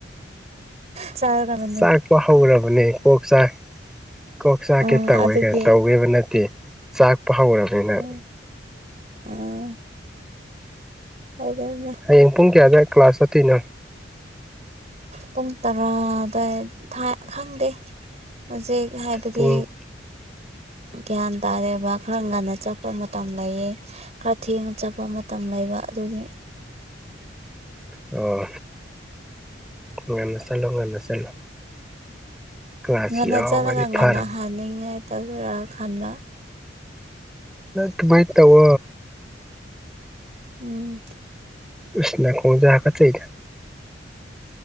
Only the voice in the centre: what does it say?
ꯆꯥꯛꯄ ꯍꯧꯔꯕꯅꯦ ꯀꯣꯛ ꯆꯥꯛ ꯀꯣꯛ ꯆꯥꯛꯀꯦ
ꯇꯧꯋꯦ
ꯀ ꯇꯧꯒꯦꯕ ꯅꯠꯇꯦ ꯆꯥꯛꯄ ꯍꯧꯔꯕꯅꯤꯅ
ꯍꯌꯦꯡ ꯄꯨꯡ ꯀꯌꯥꯗ ꯀ꯭ꯂꯥꯁ ꯇꯥꯇꯤꯅꯣ
ꯄꯨꯡ
ꯑꯣ ꯉꯟꯅ ꯆꯠꯂꯣ ꯉꯟꯅ ꯆꯠꯂꯣ ꯀ꯭ꯂꯥꯁ
ꯌꯥꯎꯕꯗꯤ
ꯐꯔꯕꯅꯤ
ꯇꯃꯥꯏ ꯇꯕꯣ
ꯎꯁꯤꯅ ꯈꯣꯡꯖꯒꯆꯩꯗ